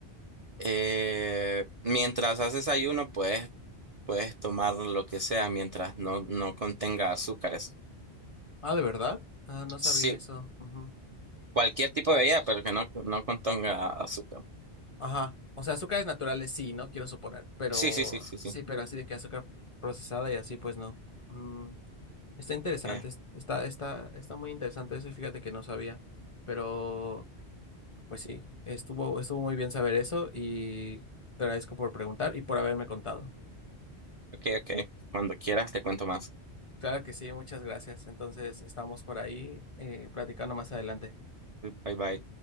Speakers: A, on the right (about 55°); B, on the left (about 35°).
A: eh, mientras haces ayuno puedes, puedes tomar lo que sea mientras no, no contenga azúcares.
B: Ah, ¿de verdad? Ah, no sabía
A: Sí,
B: eso. Ujú.
A: cualquier tipo de bebida, pero que no, no contenga azúcar.
B: Ajá. O sea, azúcares naturales sí, no quiero suponer, pero
A: Sí, sí, sí, sí, sí.
B: sí, pero así de que azúcar procesada y así pues no. Mm, Está interesante,
A: Eh,
B: es- está está está muy interesante eso y fíjate que no sabía. Pero Pues sí, estuvo, estuvo muy bien saber eso y te agradezco por preguntar y por haberme contado.
A: ok, ok. Cuando quieras te cuento más.
B: Claro que sí, muchas gracias. Entonces, estamos por ahí eh, platicando más adelante.
A: Bye, bye.